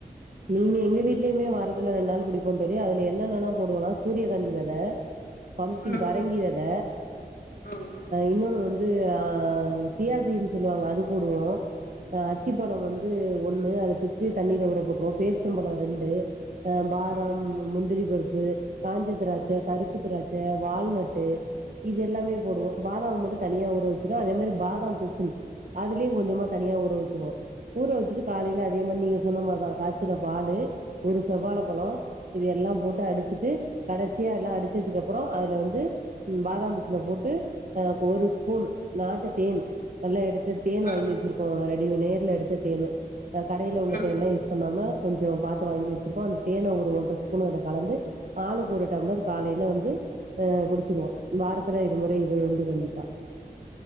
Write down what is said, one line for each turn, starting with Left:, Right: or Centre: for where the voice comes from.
Right: நீங்க எங்க வீடலயுமே வாரத்துல ரெண்டு நாள் குடிப்போம் தோழி அது என்னன்னா போடுவனா சூரிய காந்தி வெத பம்ப்கின்
Left: ம்
Right: பரங்கி வெத
Left: ம்
Right: இன்னொன்னு வந்து அது அ பியாசீடுன்னு சொல்லுவாங்க அது போடுவோம் அ அத்திப்பழம் வந்து ஒண்ணு அத பிச்சு தண்ணில ஊர போட்டுவோம் பேர்ச்சம்பழம் ரெண்டு பாதாம்
Left: ம்
Right: அ முந்திரிபரு ப்பு காஞ்ச திராட்ச கருப்பு திராட்ச வால்நட்டு இது எல்லாமே போடுவோம் பாதாம் மட்டும் தனியா ஊற வச்சிருவ அதே மாரி பாதாம் பிசின் அதுலயும் கொஞ்சமா தனியா ஊற வச்சிருவோ ஊற வச்சுட்டு காலையில அதே மாதிரி நீங்க சொன்ன மாதிரிதான் காச் சுன பாலு ஒரு செவ்வழ பழம் இது எல்லாம் போட்டு அடிச்சுட்டு கடசியா எல்லா அடிச்சதுக்கு அப்புறொ அதுல வந்து பாதாம் பிசின போட்டு ஒரு ஸ்பூன் நாட்டு தேன் நல்லா எடுத்து இந்த தேன்
Left: ம்
Right: வாங்கி வச்சுருக்கோம் ரெடி நேர்ல எடுத்த தேன்னு கடையில் உள்ள
Left: ம் ம்
Right: தேன்லாம் யூஸ் பண்ணாமல கொஞ்சொ பாத்து வாங்கி வச்சிருக்கோம் அந்த தேன ஒரு ஒன்ற ஸ்பூன் அதுல கலந்து ஆளுக்கு ஒரு டம்ளர் காலையில வந்து அ குடிச்சிருவோம் வாரத்துல இரு முறை இது உண்டு கண்டிப்பா